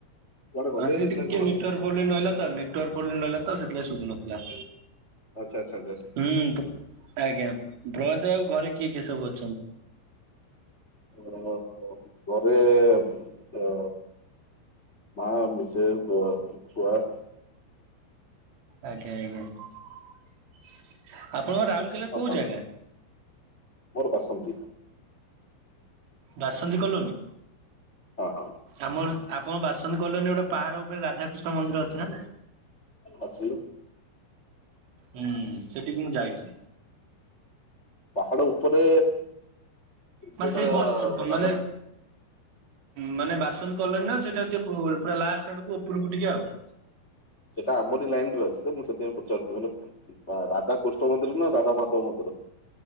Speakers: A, on the left; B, on the right.
A: କୁଆଡେ ଗଲେ
B: ଆଜି
A: ହେରି
B: ଟିକେ
A: ନା କଣ
B: ନେଟୱାର୍କ ପୋବ୍ଲେମ୍ ରହିଲା ତ ନେଟୱାର୍କ ପୋବ୍ଲେମ୍ ରହିଲା ତ ସେଥିଲାଗି ଶୁଭୁନଥିଲା।
A: ଆଚ୍ଛା ଆଚ୍ଛା ଯାଉଚି।
B: ହୁଁ। ଆଜ୍ଞା। ଡ୍ରସେ ଆଉ ଘରେ କିଏ କିଏ ସବୁ ଅ
A: ଓହୋ। ଘରେ ର ମାଆ, ମିଶେସ୍ ବଅ ଛୁଆ।
B: ଆଜ୍ଞା ଆଜ୍ଞା ଆପଣଙ୍କର ରାଉରକେଲାରେ
A: ଆଉ
B: କୋଉ
A: ପାଣି
B: ଜାଗା?
A: ମୋର ବାସନ୍ତୀ।
B: ବାସନ୍ତୀ କଲୋନୀ।
A: ହଁ ହଁ
B: ଆମର ଆପଣ ବାସନ୍ତୀ କଲୋନୀରେ ଗୋଟେ ପାହାଡ ଉପରେ ରାଧାକୃଷ୍ଣ ମନ୍ଦିର ଅଛି ନା?
A: ଅଛି।
B: ହୁଁ ସେଠିକି ମୁଁ ଯାଇଚି।
A: ପାହାଡ ଉପରେ
B: ମାନେ
A: ଯୋଉଟା
B: ସେଇ ବସ୍ ବ
A: ରାଧା
B: ମାନେ ମାନେ ବାସନ୍ତୀ କଲୋନୀର ସେଟାହଉଚି ଟିକେ ପୁ ପୁରା ଲାଷ୍ଟ ଆଡୁକୁ ଉପରକୁ ଟିକେ ଆଉ।
A: ସେଟା ଆମରି ଲାଇନରେ ଅଛି ତ ମୁଁ ସେଥିପାଇଁ ପଚାରୁଚି ମତଲବ ରାଧା କୃଷ୍ଣ ମନ୍ଦିର ନା ରାଧାମାଧବ ମନ୍ଦିର?